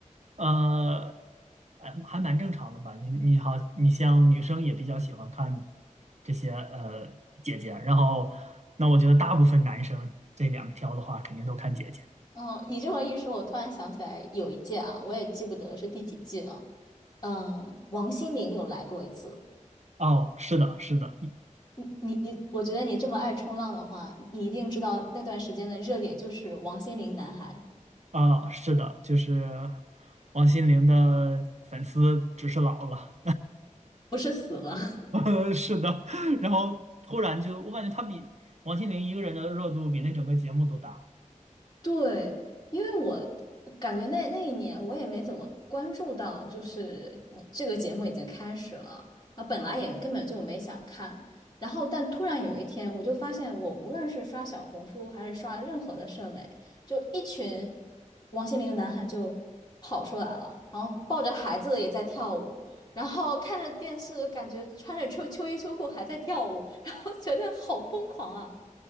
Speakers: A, on the right; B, on the left.
A: 呃，还还蛮正常的吧？你你好，你像女生也比较喜欢看这些呃姐姐，然后那我觉得大部分男生这两条的话，肯定都看姐姐。
B: 嗯，你这么一说，我突然想起来有一届啊，我也记不得是第几季了。嗯，王心凌有来过一次。
A: 哦，是的，是的，
B: 你你你，我觉得你这么爱冲浪的话，你一定知道那段时间的热点就是王心凌男孩，
A: 啊，是的，就是王心凌的粉丝只是老了，
B: 不是死了。
A: <laughs> 呃是的，然后突然就我感觉她比王心凌一个人的热度比那整个节目都大。
B: 对，因为我感觉那那一年我也没怎么关注到，就是这个节目已经开始了，然后本来也根本就没想看，然后但突然有一天，我就发现我无论是刷小红书还是刷任何的社媒，就一群王心凌的男孩就跑出来了，然后抱着孩子也在跳舞，然后看着电视，感觉穿着秋秋衣秋裤还在跳舞，<laughs> 然后觉得好疯狂啊！